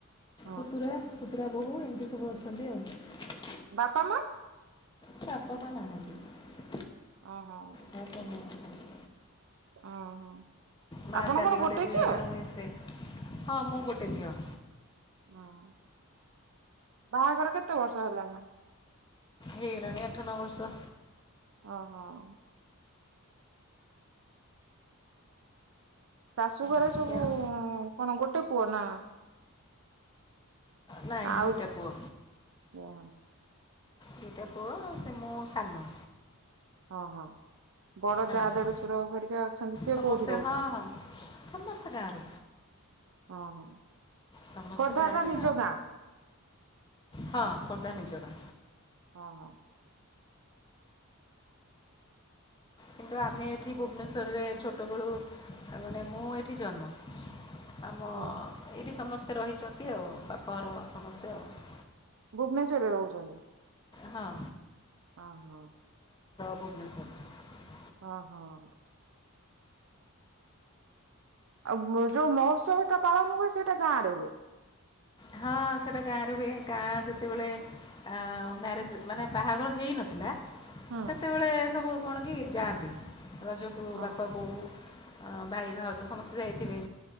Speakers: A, on the right; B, on the left.
A: ହଁ
B: ପୁତୁରାୁ, ପୁତୁ ରା ବୋହୁ ଏମିତି ସବୁ ଅଛନ୍ତି ଆଉ।
A: ବାପା ମା?
B: ବାପା ମା ନାହାନ୍ତି।
A: ଓ ହୋ।
B: ବାପା ମା ନାହାନ୍ତି।
A: ଓ ହୋ
B: ମା
A: ଆପଣ
B: ଚାଲିଗଲେ
A: କଣ ଗୋଟେଇ
B: ଦୁଇ
A: ଝିଅ?
B: ହଜାର ଉଣେଇଶରେ। ହଁ ମୁଁ ଗୋଟେ ଝିଅ।
A: ହଁ ବାହାଘର କେତେ ବର୍ଷ ହେଲା ଣି?
B: ହେଇ ଗଲାଣି ଆଠ ନଅ ବର୍ଷ।
A: ହଁ ହଁ ହ। ଶାଶୁ ଘରେ
B: ଏମିତି
A: ସବୁ
B: ଆଉ।
A: କଣ ଗୋଟେ ପୁଅ ନା
B: ନାଇଁ
A: ଆଉ
B: ଦିଇଟା ପୁଅ।
A: କଣ?
B: ଦିଟା ପୁଅ ସେ ମୁଁ ସାନ।
A: ହଁ ହଁ। ବଡ
B: ହଁ
A: ଯା
B: ହଁ।
A: ଦେଡ ସୁର ଘରିକା ଅଛନ୍ତି, ସେ
B: ସମସ୍ତେ
A: କୋଉଠି ରହୁଛନ୍ତି?
B: ହଁ ହଁ ସମସ୍ତେ ଗାଁରେ
A: ଓ ହୋ
B: ସମସ୍ତେ
A: ଖୋର୍ଦ୍ଧା
B: ଗାଁରେ
A: ଟା ନିଜ ଗାଁ?
B: ହଁ ଖୋର୍ଦ୍ଧା ନିଜ ଗାଁ।
A: ହଁ ହଁ।
B: କିନ୍ତୁ ଆମେ ଏଠି ଭୁବନେଶ୍ୱରରେ ଛୋଟବେଳୁ ତା ମାନେ ମୁଁ ଏଠି ଜନ୍ମ। ଆମ
A: ହ ହୋ।
B: ଏଇଠି ସମସ୍ତେ ରହିଛନ୍ତି ଆଉ ବାପଘର ସମସ୍ତେ ଆଉ।
A: ଭୁବନେଶ୍ୱରରେ ରହୁଛନ୍ତି?
B: ହଁ।
A: ହ ହୋ।
B: ଭୁବନେଶ୍ୱର୍ ରେ।
A: ହ ହଁ। ଆବ୍ ଯୋଉ ମହୋତ୍ସବ ଟା ପାଳନ ହୁଏ, ସେଇଟା ଗାଁ ରେ ହୁଏ।
B: ହଁ ସେଇଟା ଗାଁରେ ହୁଏ, ଗାଁ ଯେତେବେଳେ ଏଁ ମ୍ୟାରେଜ ମାନେ ବାହାଘର ହେଇନଥିଲା
A: ହୁଁ
B: ସେତେବେଳେ ସବୁ କଣ କି ଯାଆନ୍ତି ରଜକୁ
A: ହଁ।
B: ବାପା ବୋଉ ଅ ଭାଇ ଭାଉଜ ସମସ୍ତେ ଯାଇଥିବେ।